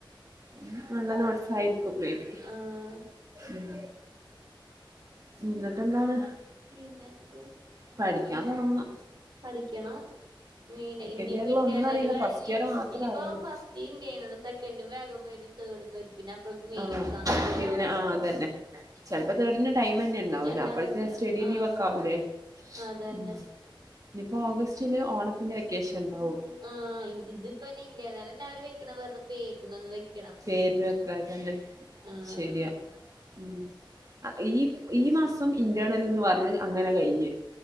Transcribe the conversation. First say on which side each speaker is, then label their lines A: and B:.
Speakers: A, on the right; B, on the right.
A: ഉം നല്ല നോട്ട്സായ്രിക്കും മേബി
B: ആഹ്
A: ഉം ഇന്ന്ട്ടെന്താണ്
B: പിന്നെന്ത്
A: പഠിക്കാം
B: ആഹ്
A: പോണോന്ന്
B: പഠിക്കണം മെെന് ഇഞ്ഞ്
A: ഇയറിൽ
B: ഇപ്പോ ഇന്റേണല്
A: ഒന്നും അറിയില്ല
B: കഴിഞ്ഞ്
A: ഫസ്റ്റ് ഇയർ മാത്രമേ
B: ഇഞ്ഞ്പ്പോ
A: അറിയുള്ളൂ
B: ഫസ് ഇന്റേണല് സെക്കൻഡും വേഗം വരും തേർഡും വരും പിന്നെ അപ്പൾക്കിന് മെയിൻ
A: ആഹ്
B: എക്സാമും വരും
A: ആഹ് അതന്നെ ചെലപ്പോ തേടിന് ടൈംമെൻ ന്ണ്ടാവൂല
B: ഉണ്ടാവൂല
A: അപ്പഴ്ത്തെ സ്റ്റഡിലീവ്
B: ആഹ്
A: ഒക്കെ ആവൂലേ
B: അതന്നെ
A: ഉം ഇഞ്ഞ്ഇപ്പോ ഓഗസ്റ്റില് ഓണത്തിന്റെ വെക്കേഷൻ ഇണ്ടാവും
B: ആഹ് ഇൻ ഇതിപ്പെന്നേ ഇന്റേണലന്നെ അവര് വെക്ക്ണത് വെറ്തെ പേര്ന് ഒന്ന് വെക്
A: പേര്ന് വെക്കാതന്നെ
B: ആഹ്
A: ശരിയാ ഉം അ ഈ ഈ മാസം ഇന്റേർണൽ ന്നു പറ്ഞ്ഞ് അങ്ങനെ കയിഞ്ഞ്